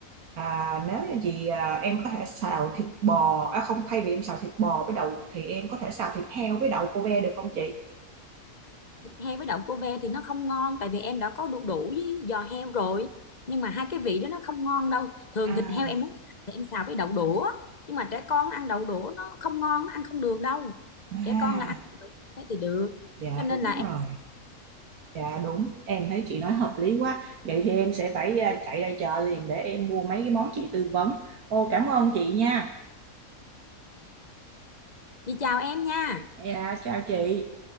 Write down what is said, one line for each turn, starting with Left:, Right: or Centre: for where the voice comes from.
Right: à, nếu như chị à, em có thể xào thịt bò, à không thay vì em xào thịt bò với đậu thì em có thể xào thịt heo với đậu cô ve được không chị?
Left: thịt heo với đậu cô ve thì nó không ngon tại vì em đã có đu đủ với giò heo rồi nhưng mà hai cái vị đó nó không ngon đâu thường
Right: À
Left: thịt heo em muốn xào thì em xào với đậu đũa nhưng mà trẻ con ăn đậu đũa nó không ngon nó ăn không được đâu
Right: À,
Left: trẻ con là ăn thế thì được
Right: dạ
Left: cho nên
Right: đúng
Left: là em
Right: rồi, dạ đúng, em thấy chị nói hợp lý quá. Vậy thì em sẽ phải à, chạy ra chợ liền để em mua mấy cái món chị tư vấn. Ô, cảm ơn chị nha.
Left: chị chào em nha
Right: Dạ, chào chị.